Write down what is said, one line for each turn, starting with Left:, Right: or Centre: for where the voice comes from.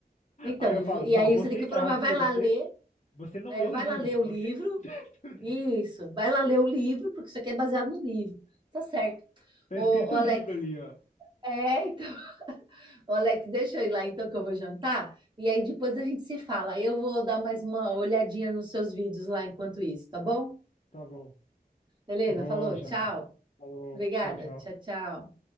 Right: Então,
Left: Aí eu
Right: e vo-
Left: falo,
Right: e
Left: não,
Right: aí
Left: você
Right: você tem que
Left: está
Right: provar,
Left: errado
Right: vai
Left: porque
Right: lá
Left: você,
Right: ler,
Left: você não
Right: é,
Left: leu
Right: vai
Left: o livro,
Right: lá ler o livro
Left: ok? <laughs>
Right: Isso. Vai lá ler o livro, porque isso aqui é baseado no livro. Tá certo.
Left: Tá
Right: Ô,
Left: escrito
Right: ô, Alex,
Left: livro ali, ó.
Right: é, então, <laughs> ô, Alex, deixa eu ir lá então que eu vou jantar. E aí depois a gente se fala. Eu vou dar mais uma olhadinha nos seus vídeos lá enquanto isso, tá bom?
Left: Tá bom.
Right: Beleza?
Left: Vou
Right: Falou,
Left: à janta.
Right: tchau.
Left: Falou,
Right: Obrigada.
Left: tchau, tchau.
Right: Tchau, tchau.